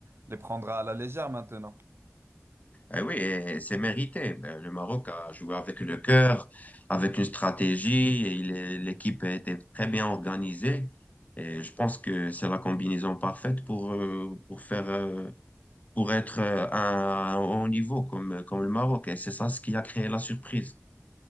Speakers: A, on the right (about 55°); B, on the left (about 30°).
A: les prendra à la légère maintenant.
B: Eh oui, et c'est mérité. Ben, le Maroc a joué avec le cœur, avec une stratégie, et il est- l'équipe a été très bien organisée. Et je pense que c'est la combinaison parfaite pour, euh, pour faire, euh, pour être euh, à un haut niveau comme, comme le Maroc. Et c'est ça ce qui a créé la surprise.